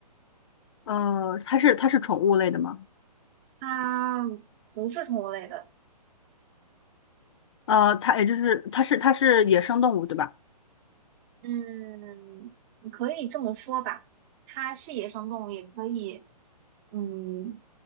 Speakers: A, on the left; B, on the right.
A: 呃，它是它是宠物类的吗？
B: 它不是宠物类的。
A: 呃，它也就是它是它是野生动物，对吧？
B: 嗯，你可以这么说吧，它是野生动物，也可以，嗯，